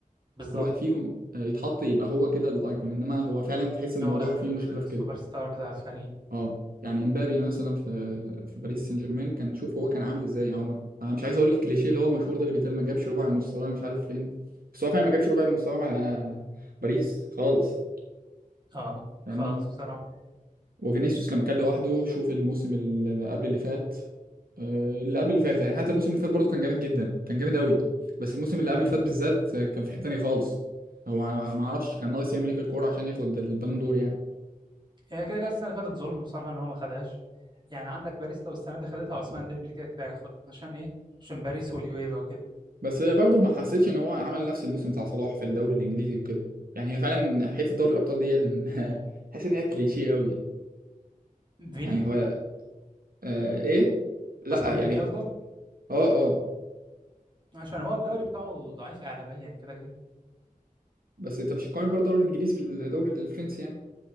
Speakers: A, on the right (about 30°); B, on the right (about 85°).
A: بالظبط
B: كل واحد فيهم آه، يتحط يبقى هو كده الأيكون إنما هو فعلا تحس إن الموضوع
A: هو السوبر
B: فيه مشكلة في كده
A: ستار بتاع الفريق
B: اه يعني امبابي مثلا في في باريس سان جيرمان كان شوف هو كان عامل ازاي يعني هو انا مش عايز اقول الكليشيه اللي هو مشهور ده اللي بيتقال ما جابش ربع مستواه مش عارف فين بس هو فعلا ما جابش ربع مستواه مع باريس خالص
A: اه
B: فاهمني
A: خالص بصراحه
B: وفينيسيوس لما كان لوحده شوف الموسم اللي قبل اللي فات آه، اللي قبل اللي فات يعني حتى الموسم اللي فات برضه كان جامد جدا كان جامد قوي بس الموسم اللي قبل
A: امم
B: اللي فات بالذات آه، كان في حته تانيه خالص هو ما اعرفش كان ناقص يعمل ايه في الكوره عشان ياخد البالون دور يعني
A: هي كده كده السنه اللي فاتت ظلم بصراحه ان هو ما خدهاش يعني عندك باريس لو السنه دي خدتها عثمان ديمبلي كده كده هياخدها عشان ايه عشان باريس واليويفا وكده
B: بس برضه ما حسيتش ان هو عمل نفس الموسم بتاع صلاح في الدوري الانجليزي وكده يعني هي فعلا حته دوري الابطال دي هي اللي <laughs> حاسس ان هي كليشيه قوي يعني
A: فيني
B: يعني هو آه ايه لا
A: عثمان
B: يعني
A: ديمبلي قصدك
B: اه اه
A: عشان هو الدوري بتاعه ضعيف اعلاميا كده كده
B: بس انت مش هتقارن برضه الدوري الانجليزي بالدوري الفرنسي يعني